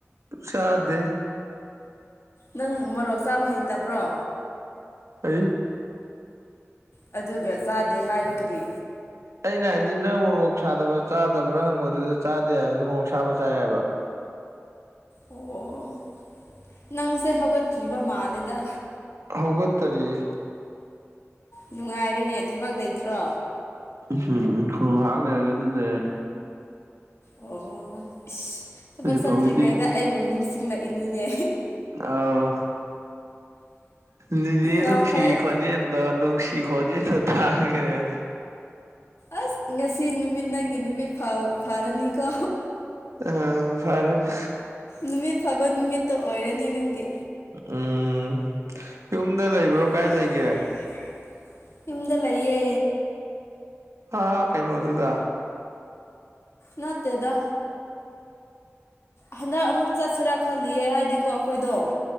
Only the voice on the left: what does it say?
ꯅꯪ ꯃꯣꯔꯣꯛ ꯆꯥꯕ ꯍꯩꯇꯕ꯭ꯔꯣ
ꯑꯗꯨꯒ ꯆꯥꯗꯦ ꯍꯥꯏꯔꯥ ꯀꯔꯤ
ꯑꯣ ꯅꯪꯁꯦ ꯍꯧꯒꯠꯇ꯭ꯔꯤꯕ ꯃꯥꯜꯂꯦꯗ
ꯅꯨꯡꯉꯥꯏꯔꯦꯅꯦ ꯊꯕꯛ ꯂꯩꯇ꯭ꯔꯣ
ꯑꯣ ꯏꯁ ꯊꯕꯛ
ꯆꯠꯇ꯭ꯔꯤꯉꯩꯗ
ꯑꯩꯕꯨ ꯅꯤꯡꯁꯤꯡꯂꯛꯏꯅꯤꯅꯦ
ꯌꯥꯝ
ꯐꯩ
ꯑꯁ ꯉꯁꯤ ꯅꯨꯃꯤꯠ ꯅꯪꯒꯤ ꯅꯨꯃꯤꯠ ꯐꯥ ꯐꯥꯔꯅꯤꯀꯣ
ꯅꯨꯃꯤꯠ ꯐꯥꯕ ꯅꯨꯃꯤꯠꯇꯣ ꯑꯣꯏꯔꯅꯤ ꯅꯪꯒꯤ
ꯌꯨꯝꯗ
ꯂꯩꯕ꯭ꯔꯣ
ꯀꯥꯏ ꯂꯩꯒꯦ ꯌꯨꯝꯗ ꯂꯩꯌꯦ
ꯅꯠꯇꯦꯗ ꯍꯟꯗꯛ ꯑꯃꯨꯛ ꯆꯠꯁꯤꯔꯥ ꯈꯜꯂꯤꯌꯦ ꯍꯥꯏꯗꯤꯀꯣ ꯑꯩꯈꯣꯏꯗꯣ